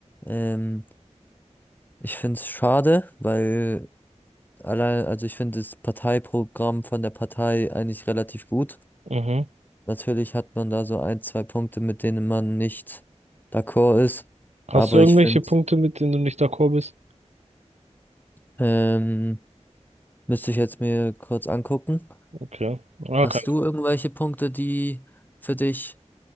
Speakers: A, on the left; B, on the right.
A: Ähm, ich find's schade, weil Allein, also ich finde das Parteiprogramm von der Partei eigentlich relativ gut.
B: Mhm.
A: Natürlich hat man da so ein, zwei Punkte, mit denen man nicht d'accord ist.
B: Hast
A: Aber
B: du irgendwelche
A: ich finde,
B: Punkte, mit denen du nicht d'accord bist?
A: ähm, müsste ich jetzt mir kurz angucken.
B: Okay. Okay.
A: Hast du irgendwelche Punkte, die für dich